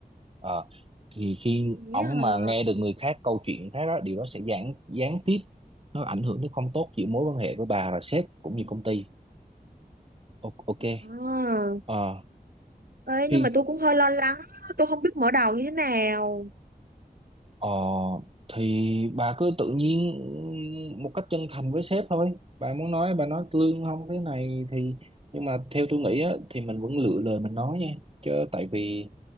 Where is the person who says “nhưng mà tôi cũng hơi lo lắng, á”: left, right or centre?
Right